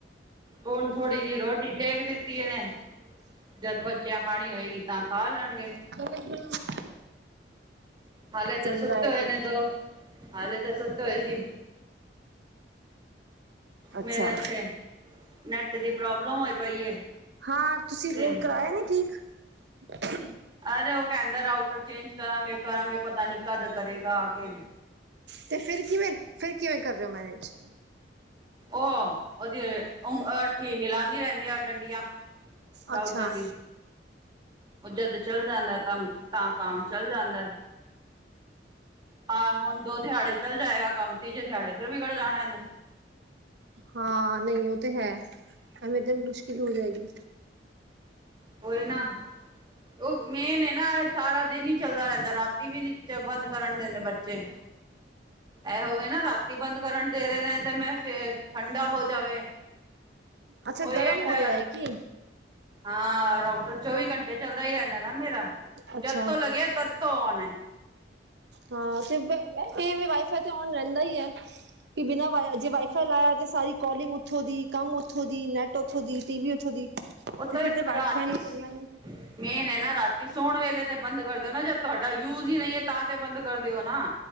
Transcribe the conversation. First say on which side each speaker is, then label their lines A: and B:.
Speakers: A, on the right; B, on the right.
A: ਹੋਣ ਥੋੜ੍ਹੀ ਜੇਈ ਰੋਟੀ ਸੇਕ ਦਿੱਤੀ ਏਨੇ। ਜਦ ਬੱਚਿਆਂ ਖਾਣੀ ਹੋਏਗੀ ਤਾਂ ਖਾ ਲੈਣਗੇ।
B: <inaudible>
A: ਹਲੇੇ ਤਾਂ
B: ਚੰਗਾ
A: ਸੁਤੈ
B: ਹੈ
A: ਹੋਏ
B: ਤੇ
A: ਨੇ ਦੋ ਹਾਲੇ ਤੇ ਸੁਤੈ ਹੋਏ ਸੀ,
B: ਅੱਛਾ
A: ਮੇਰੇ ਉੱਥੇ ਨੈੱਟ ਦੀ ਪ੍ਰੋਬਲਮ ਹੋਈ ਪਈ ਏ।
B: ਹਾਂ ਤੁਸੀਂ
A: ਤੇ
B: ਰੋਡ ਕਰਾਇਆ ਨੀਂ ਠੀਕ? <unintelligible>
A: ਅਰੇ ਉਹ ਕਹਿੰਦਾ ਡਾਕਟਰ ਚੇਂਜ ਕਰਾਂਗੇ, ਕਰਾਂਗੇ। ਪਤਾ ਨੀਂ ਕਦ ਕਰੇਗਾ ਆ ਕੇ
B: ਤੇ ਫਿਰ ਕਿਵੇਂ? ਫਿਰ ਕਿਵੇਂ ਕਰ ਰਿਓ ਮੈਨੇਜ?
A: ਉਹ ਉਹਦੀ ਉਂਠ, ਹਲਾਉਂਦੀ ਰਹਿੰਦੀਆਂ ਡੰਡੀਆਂ। ਰਾਊਟਰ
B: ਅੱਛਾ
A: ਦੀ ਉਹ ਜਦ ਚਲ ਜਾਂਦਾ ਤਾਂ, ਤਾਂ ਕਮ ਚਲ ਜਾਂਦਾ। ਆਹ ਹੁਣ ਦੋ ਦਿਹਾੜੇ ਚੱਲ ਜਾਏਗਾ ਕੰਮ, ਤੀਜੇ ਦਿਹਾੜੇ ਫੇਰ ਵੀ ਕਿਹੜੇ ਜਾਣਾ ਇਹਨੇਂ।
B: ਹਾਂ ਨ੍ਹੀਂ ਉਹ ਤੇ ਹੈ, ਹਵੇੇ ਦਿਨ ਮੁਸ਼ਕਿਲ ਹੋ ਜਾਏਗੀ।
A: ਕੋਈ ਨਾਂ ਉਹ ਮੇਨ ਏ ਨਾਂ ਇਹ ਸਾਰਾ ਦਿਨ ਹੀ ਚੱਲਦਾ ਰਹਿੰਦਾ, ਰਾਤੀ ਵੀ ਨੀਂ ਬੰਦ ਕਰਨ ਦਿੰਦੇ ਬੱਚੇ। <inaudible> ਇਹੋਵੇ ਨਾਂ ਰਾਤੀ ਬੰਦ ਕਰਨ ਦੇ ਰਹੇ ਨੇਂ ਤੇ ਮੈਂ ਠੰਡਾ ਹੋ ਜਾਵੇ। <inaudible>
B: ਅੱਛਾ
A: ਉਹੀ
B: ਗਰਮ ਹੋ
A: ਠ
B: ਰਿਹਾ ਹੈ ਕੀ?
A: ਹਾਂ ਰਾਕਟਰ ਚੌਵੀ ਘੰਟੇ ਚੱਲਦਾ ਈ ਰਹਿੰਦਾ ਨਾਂ ਮੇਰਾ,
B: ਅੱਛਾ
A: ਜਦ ਤੋਂ ਲੱਗਿਆ ਤਦ ਤੋਂ ਆਉਣ ਐ।
B: ਹਾਂ ਤੇ ਵੇ ਵਾਈਫਾਈ ਤੇ ਔਨ ਰਹਿੰਦਾ ਈ ਐ। ਵੀ ਬਿਨਾਂ ਵਾਈ ਜੇ ਵਾਈਫਾਈ ਲਾਇਆ ਤਾਂ ਸਾਰੀ ਕਾਲਿੰਗ ਉੱਥੋਂ ਦੀ, ਕੰਮ ਉੱਥੋਂ ਦੀ, ਨੈੱਟ ਉੱਥੋਂ ਦੀ, ਟੀ ਵੀ ਉੱਥੋਂ ਦੀ।
A: ਉਹ
B: ਤੇ
A: ਤਾਂ
B: ਫਿਰ ਤੇ ਵਾਈਫਾਈ
A: ਰਾਤੀ
B: ਨੂੰ ਚੱਲਣਾ
A: ਮੇਨ ਏ ਨਾਂ ਰਾਤੀ ਸੋਣ ਵੇਲੇ ਤੇ ਬੰਦ ਕਰ ਦਿਓ ਨਾਂ, ਜੇ ਤੁਹਾਡਾ ਯੂਜ ਈ ਨਈਂ ਏ ਤਾਂ ਤੇ ਬੰਦ ਕਰ ਦਿਓ ਨਾਂ।